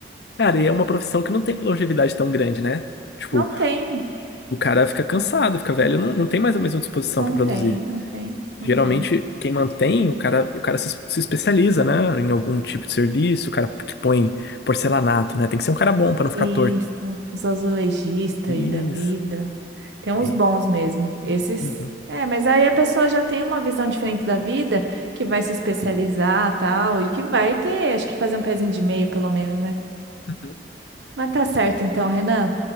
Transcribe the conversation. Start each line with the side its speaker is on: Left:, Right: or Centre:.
Left: Cara, e é uma profissão que não tem longevidade tão grande, né? Tipo,
Right: Não tem,
Left: o cara fica cansado, fica velho, não, não tem mais a mesma disposição
Right: não
Left: para produzir.
Right: tem, não tem,
Left: Geralmente,
Right: não tem.
Left: quem mantém, o cara, o cara se, se especializa, né? Em algum tipo de serviço, o cara que põe porcelanato, né? Tem que ser um cara bom para não ficar
Right: Isso,
Left: torto.
Right: os azulejistas
Left: Isso.
Right: aí da vida. Tem uns
Left: Aí.
Right: bons mesmo. Esses.
Left: Uhum,
Right: É, mas aí a pessoa já tem uma visão diferente da vida, que vai se especializar, tal, e que vai ter, acho que fazer um pezinho de meia, pelo menos, né?
Left: uhum.
Right: Mas tá certo então, Renan.